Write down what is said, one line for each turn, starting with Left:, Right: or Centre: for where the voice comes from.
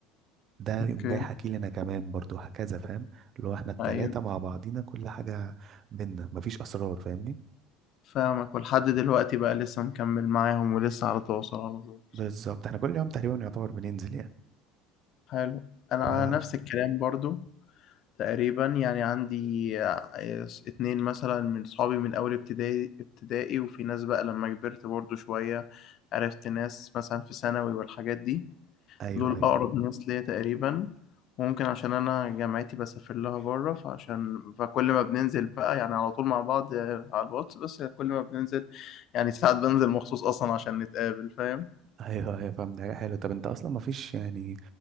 Right: ده
Left: اوكي
Right: يقوم جاي حكي لي انا كمان برضو هكذا فاهم اللي هو احنا التلاتة
Left: ايوه
Right: مع بعضينا كل حاجة بينا مفيش اسرار فاهمني
Left: فاهمك ولحد دلوقتي بقى لسه مكمل معاهم ولسه على تواصل على طول
Right: بالظبط احنا كل يوم تقريبا يعتبر بننزل يعني
Left: حلو انا
Right: فا
Left: نفس الكلام برضو تقريبا يعني عندي آه، اتنين مثلا من صحابي من اول ابتدائي ابتدائي وفي ناس بقى لما كبرت برضو شوية عرفت ناس مثلا في ثانوي والحاجات دي
Right: ايوه
Left: دول
Right: ايوه
Left: أقرب ناس ليا تقريبا وممكن عشان أنا جامعتي بسافر لها بره فعشان فكل ما بننزل بقى يعني على طول مع بعض على الواتس بس كل ما بننزل يعني ساعات بنزل مخصوص أصلا عشان نتقابل فاهم؟
Right: ايوه ايوه فاهم ده حلو طب انت اصلا مفيش يعني